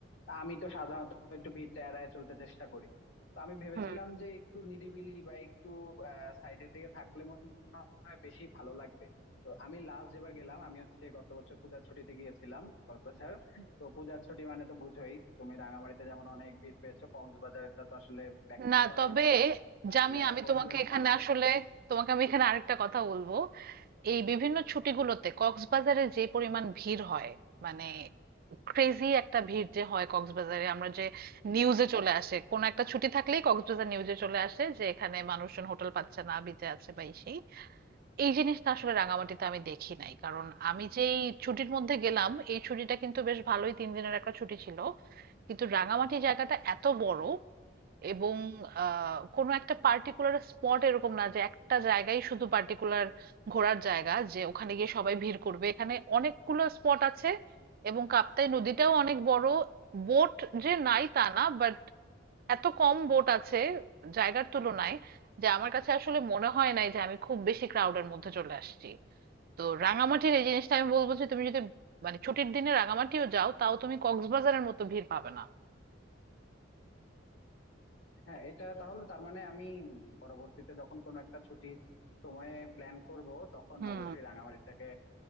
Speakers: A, on the left; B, on the right.
A: তা আমি তো সাধারণত একটু ভিড়টা এড়ায় চলতে চেষ্টা করি তো আমি ভেবেছিলাম
B: হুম
A: যে একটু নিরিবিলি বা একটু সাইডের দিকে থাকলে মনে হয় বেশি ভালো লাগবে তো আমি লাস্ট যেবার গেলাম আমি হচ্ছে গত বছর পূজার ছুটিতে গিয়েছিলাম কক্সবাজার তো পূজার ছুটি মানে তো বুঝোই তুমি রাঙামাটিতে যেমন অনেক ভিড় পেয়েছো কক্সবাজারটা তো আসলে ব্যাখ্যা
B: না
A: করার
B: তবে
A: মতো ব্যাপার না।
B: জামি
A: আসলে এত
B: আমি তোমাকে
A: মানুষ
B: এখানে
A: থাকে
B: আসলে তোমাকে আমি এখানে আরেকটা কথা বলবো এই বিভিন্ন ছুটিগুলোতে কক্সবাজারে যে পরিমাণ ভিড় হয় মানে ক্রেজি একটা ভিড় যে হয় কক্সবাজারে আমরা যে নিউজে
A: হ্যাঁ
B: চলে আসে কোন একটা ছুটি থাকলেই কক্সবাজার নিউজে চলে আসে যে এখানে মানুষজন হোটেল পাচ্ছে না বিচে আছে বা এই সেই এই জিনিসটা আসলে রাঙামাটিতে আমি দেখি নাই কারণ আমি যেই ছুটির মধ্যে গেলাম এই ছুটিটা কিন্তু বেশ ভালোই তিন দিনের একটা ছুটি ছিল কিন্তু রাঙামাটি জায়গাটা এত বড় এবং আহ, কোনো একটা পার্টিকুলার স্পট এরকম না যে একটা জায়গায় শুধু পার্টিকুলার ঘোরার জায়গা যে ওখানে গিয়ে সবাই ভিড় করবে এখানে অনেকগুলো স্পট আছে এবং কাপ্তাই নদীটাও অনেক বড় বোট যে নাই তা না বাট এত কম বোট আছে জায়গার তুলনায় যে আমার কাছে আসলে মনে হয় নাই যে আমি খুব বেশি ক্রাউডের মধ্যে চলে আসছি তো রাঙামাটির এই জিনিসটা আমি বলবো যে তুমি যদি মানে ছুটির দিনে রাঙামাটিও যাও তাও তুমি কক্সবাজারের মতো ভিড় পাবে না
A: হ্যাঁ এটা তাহলে তার মানে আমি পরবর্তীতে যখন কোনো একটা ছুটির সময়ে প্ল্যান করব তখন
B: হুম
A: অবশ্যই রাঙামাটিটাকে